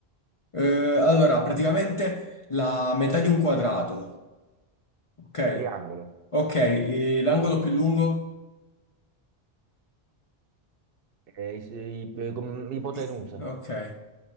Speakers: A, on the left (about 40°); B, on the right (about 60°).
A: Eh, allora, praticamente la metà di un quadrato, ok?
B: triangolo,
A: Ok, eh, l'angolo più lungo,
B: eh, i- i- eh, com- ipotenusa,
A: eh, ok.